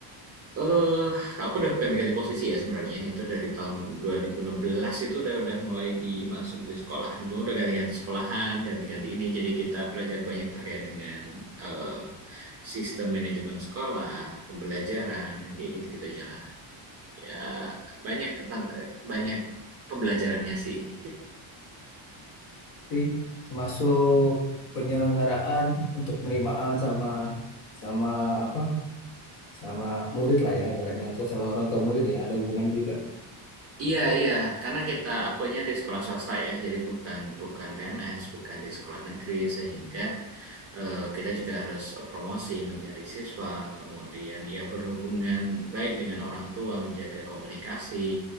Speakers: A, on the right; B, on the left.
A: Eh, aku udah ganti-ganti posisi ya sebenarnya. Itu dari tahun 2016 itu udah udah mulai dimasuk di sekolahan. Cuma udah ganti-ganti sekolahan, ganti-ganti ini. Jadi kita belajar banyak terkait dengan eh, sistem manajemen sekolah, pembelajaran, dan kayak gitu-gitunya lah. Ya banyak ketan- eh, banyak pembelajarannya sih.
B: sih, termasuk penyelenggaraan untuk penerimaan sama sama apa sama murid lah ya ibaratnya atau sama orang tua murid ya ada hubungannya juga
A: Iya, iya, karena kita akunya di sekolah swasta ya, jadi bukan bukan PNS, bukan di sekolah negeri, sehingga eh, kita juga harus promosi mencari siswa, kemudian ya berhubungan baik dengan orang tua, menjaga komunikasi,